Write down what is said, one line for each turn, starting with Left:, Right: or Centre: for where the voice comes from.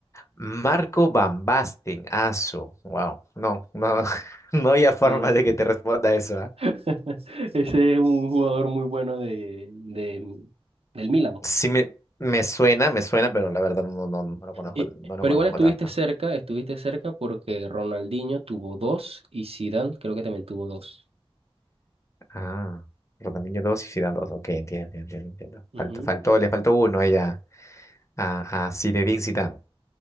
Left: Marco Van Basten, aso. Wow. No, no, <laughs> no había forma
Right: Sí.
Left: de que te responda eso, ¿ah?
Right: <laughs> Ese es un jugador muy bueno de, de, del Milan.
Left: Sí me, me suena, me suena, pero la verdad no, no, no lo conozco,
Right: Y-
Left: no lo
Right: pero
Left: conozco
Right: igual estuviste
Left: tanto.
Right: cerca, estuviste cerca porque Ronaldinho tuvo dos y Zidane creo que también tuvo dos.
Left: Ah, Ronaldinho 2 y Zidane dos, Ok, entiendo, entiendo, entiendo.
Right: Ujú.
Left: Faltó, faltó, le faltó uno ahí a, a, a Zinedine Zidane.